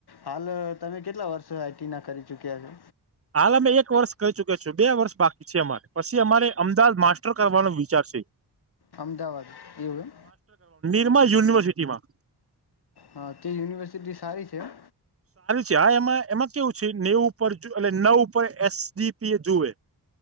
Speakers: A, on the left (about 85°); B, on the right (about 35°).
A: હાલ તમે કેટલા વર્ષ? સ આઈટી ના કરી ચુક્યા છે.
B: હાલ અમે એક વર્ષ કહી ચુક્યા છુ, બે વર્ષ બાકી છે અમારે. પછી અમારે અમદાવાદ માસ્ટર કરવાનો વિચાર છે.
A: અમદાવાદ એવું.
B: એમાં યુનિવર્સિટીમાં
A: હા, તે યુનિવર્સિટી સારી છે એમ.
B: ત્યાં એમાં એમાં કેવું છે નેવ ઉપર. એટલે નવ ઉપર એસડીપી એ જુએ.